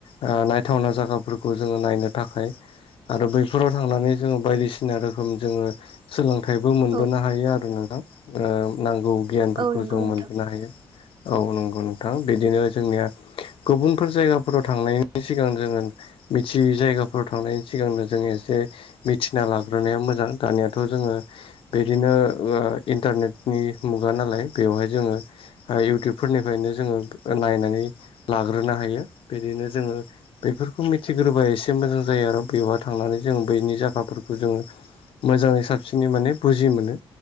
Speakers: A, on the left (about 60°); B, on the right (about 50°).
A: ओ नायथावना जायगाफोरखौ जोङो नायनो थाखाय आरो बैफोराव थांनानै जोङो बायदिसिना रोखोम जोङो सोलोंथाइबो मोनबोनो
B: औ
A: हायो आरो नोंथां। ओ नांगौ गियानफोरखौ
B: औ नंगौ
A: जों
B: नोंथां
A: मोनबोनो हायो औ नंगौ नोंथां। बिदिनो जोंनिया गुबुनफोर जायगाफोराव थांनायनि सिगां जोङो मिथियै जायगाफोराव थांनायनि सिगांनो जों एसे मिथिना लाग्रोनायाया मोजां दानियाथ' जोङो। बिदिनो इन्टारनेटनि मुगा नालाय बेवहाय जोङो। इउटुबफोरनिफ्रायनो जोङो नायनानै लाग्रोनो हायो। बिदिनो जोङो बेफोरखौ मिथिग्रोबा एसे मोजां जायो आरो बेवार थांनानै जोङो बैनि जायगाफोरखौ जोङो मोजाङै साबसिनै माने बुजि मोनो